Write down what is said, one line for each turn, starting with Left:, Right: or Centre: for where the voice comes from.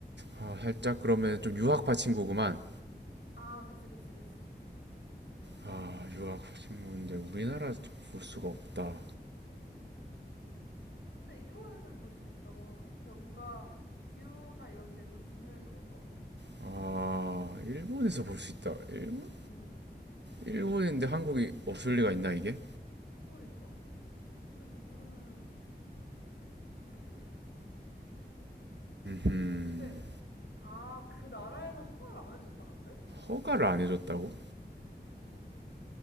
Right: 아, 살짝 그러면 좀 유학파 친구구만.
Left: 아, 그치, 그치, 그치.
Right: 아, 유학파 친구인데 우리나라에서 볼 수가 없다.
Left: 어. 근데 일본에는 볼 수 있다고 하네? 그러니까 뭔가 기후나 이런 게 좀 중요해서 그런 것 같아.
Right: 아, 일본에서 볼 수 있다. 일본
Left: 어.
Right: 일본인데 한국이 없을 리가 있나 이게?
Left: 그러니까. 국내 동물원에는 그런 거
Right: 음,
Left: 없대. 아, 그 나라에서 허가를 안 해줬다는데?
Right: 허가를 안 해줬다고?
Left: 어, 어, 어.